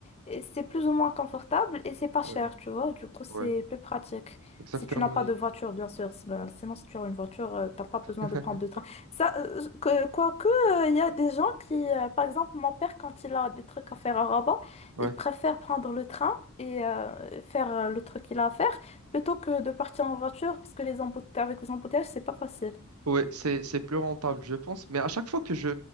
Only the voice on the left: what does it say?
et c'est plus ou moins confortable et c'est pas cher,
tu vois. Du coup, c'est
plus pratique.
Si tu n'as pas
de voiture, bien sûr. Si- ben, Sinon, si tu as une voiture, euh, t'as pas besoin
de prendre de train. Ça, euh, que, quoique, euh, il y a des gens qui, euh, par exemple, mon père, quand il a des trucs à faire à Rabat,
il préfère prendre le train et euh, faire euh, le truc qu'il a à faire plutôt que de partir en voiture parce que les emboute- avec les embouteillages, c'est pas facile.